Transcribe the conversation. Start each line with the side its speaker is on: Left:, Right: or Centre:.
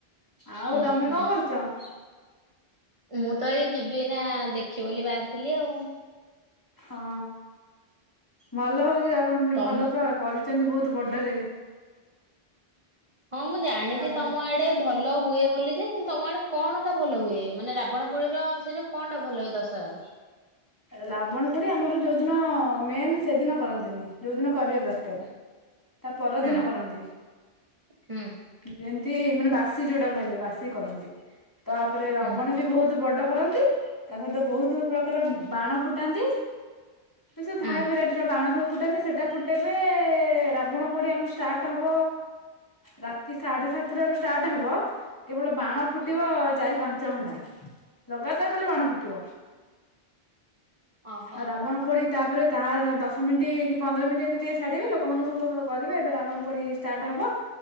Left: ଆଉ
Right: ଉୁଁ
Left: ତମେ
Right: ହୁଁ
Left: କଣ କରୁଛ?
Right: ମୁଁ ତ ଏଇ ଯିବି ଏଇନା ଦେଖିବି ବୋଲି ବାହାରିଥିଲି ଆଉ।
Left: ହଁ ଭଲ ହଉଛି ରାବଣ ପୋଡି
Right: ତମ
Left: ଭଲ ପ୍ର କରିଛନ୍ତି ବହୁତ ବଡରେ।
Right: ହଁ ମୁଁ ଜାଣିଛି
Left: ତାପରେ
Right: ତମ ଆଡେ ଆଡେ ଭଲ ହୁଏ ବୋଲି ଯେ କିନ୍ତୁ ତମ ଆଡେ କଣ ଟା ଭଲ ହୁଏ ମାନେ ରାବଣ ପୋଡି ର ସେ ଯୋଉ କଣ ଟା ଭଲ ହଏ ଦଶହରା ର?
Left: ରାବଣ ପୋଡି ଆମର ଯୋଉଦିନ ମେନ୍ ସେଦିନ କରନ୍ତିନି ଯୋଉ ଦିନ କରିବା ଦରକାର। ତା ପରଦିନ
Right: ହୁଁ
Left: କରନ୍ତି।
Right: ହୁଁ
Left: ଯେମିତି ମାନେ ବାସି ଯୋଉଟା କୁହାଯାଏ ବାସି କରନ୍ତି ତାପରେ ରବଣ
Right: ହୁଁ ହୁଁ
Left: ବି ବହୁତ ବହୁତ ବଡ କରନ୍ତି ତା ସହିତ ବହୁତ ପ୍ରକାର ବାଣ ଫୁଟାନ୍ତି। ଏ ସବୁ
Right: ହୁଁ।
Left: ଥାଏ ଭେରାଇଟି ର ବାଣ ସବୁ ଫୁଟନ୍ତିି ସେଟା ଫୁଟାଇବେ ରାବଣ ପୋଡ଼ି ଆମର ଷ୍ଟାର୍ଟ ହବ ରାତି ସାଢେ ସାତଟାରୁ ଷ୍ଟାର୍ଟ ହବ କେବଳ ବାଣ ଫୁଟିବ
Right: ହୁଁ।
Left: ଚାରି ପାଞ୍ଚ ଘଣ୍ଟା ଲଗାତାର ଖାଲି ବାଣ ଫୁଟିବ।
Right: ଓହୋ
Left: ଆଉ ରାବଣ ପୋଡି ତାପରେ ତା ଦଶ ମିନିଟ୍ କି ପନ୍ଦର ମିନିଟ୍ ଯେମିତି ଟିକେ ଛାଡିବେ ଲୋକମାନଙ୍କୁ ସବୁ କରିବେ ଏବେ ରାବଣ ପୋଡି ଷ୍ଟାର୍ଟ ହବ।